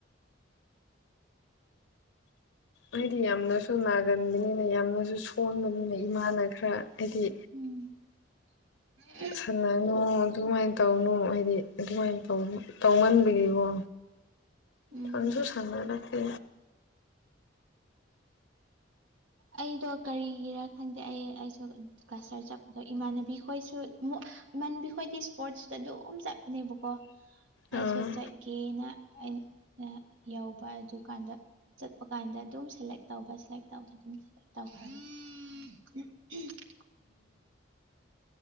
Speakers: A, on the left; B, on the right.
A: ꯑꯩꯗꯤ ꯌꯥꯝꯅꯁꯨ ꯅꯥꯒꯟꯕꯅꯤꯅ ꯌꯥꯝꯅꯁꯨ ꯁꯣꯟꯕꯅꯤꯅ ꯏꯃꯥꯅ ꯈꯔ ꯑꯗꯤ
B: ꯎꯝ <inaudible>
A: ꯁꯥꯟꯅꯅꯨ ꯑꯗꯨꯃꯥꯏꯅ ꯇꯧꯅꯨ ꯍꯥꯏꯗꯤ ꯑꯗꯨꯃꯥꯏꯅ ꯇꯧꯃꯟꯕꯒꯤꯀꯣ
B: ꯎꯝ
A: ꯁꯪꯁꯨ ꯁꯪꯅꯔꯛꯇꯦ
B: ꯑꯩꯗꯣ ꯀꯔꯤꯒꯤꯔ ꯈꯪꯗꯦ ꯑꯩ ꯑꯩꯁꯨ ꯀꯁꯇꯔ ꯆꯠꯄꯗꯣ ꯏꯃꯥꯟꯅꯕꯤꯈꯣꯏꯁꯨ ꯃꯨꯛ ꯏꯃꯟꯕꯤ ꯈꯣꯏꯗꯤ ꯁ꯭ꯄꯣꯔꯠꯁꯇ ꯑꯗꯨꯝ ꯆꯠꯄꯅꯦꯕꯀꯣ ꯑꯩꯁꯨ
A: ꯑꯥ
B: ꯆꯠꯀꯦꯅ <inaudible> ꯌꯥꯎꯕ ꯑꯗꯨꯀꯥꯟꯗ ꯆꯠꯄ ꯀꯥꯟꯗ ꯑꯗꯨꯝ ꯁꯦꯂꯦꯛ ꯇꯧꯕ ꯁꯦꯂꯦꯛ ꯇꯧꯕ ꯑꯗꯨꯝ <unintelligible>